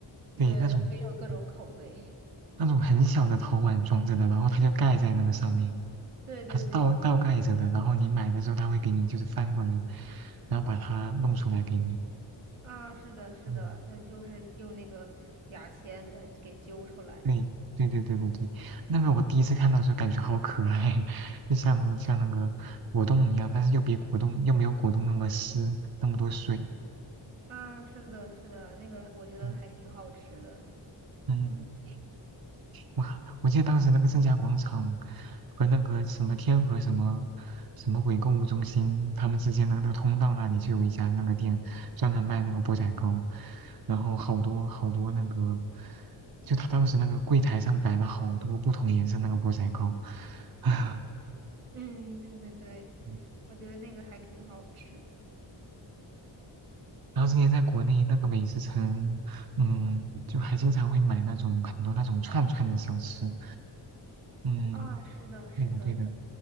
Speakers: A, on the right; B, on the right.
A: 对，
B: 对，
A: 那种嗯
B: 也有各种口味。
A: 那种很小的陶碗装着的，然后它就盖在那个上面，
B: 对对对，
A: 它是倒倒盖着的。
B: 然后
A: 然后你买的时候，它会给你就是翻过来，然后把它弄出来给你。
B: 啊，是的，是的，
A: 嗯，
B: 它就是用那个牙签给它给揪出来。
A: 对对对对对对，那个我第一次看到的时候感觉好可爱，<laughs> 就像像那个果冻一样，但是又比果冻又没有果冻那么湿，那么多水。
B: 啊，是的，是的，那个我觉得还挺好吃的。
A: 嗯嗯。哇，我记得当时那个正佳广场和那个什么天河什么什么鬼购物中心，他们之间的那个通道那里就有一家那个店，专门卖那个钵仔糕，然后好多好多那个，就他当时那个柜台上摆了好多不同颜色那个钵仔糕，<laughs> 啊，
B: 嗯，对对对，
A: 嗯
B: 我觉得那个还挺好吃的。
A: 然后之前在国内那个美食城，嗯，就还经常会买那种很多那种串串的小吃，嗯。
B: 啊，是的，是的。
A: 对的，对的，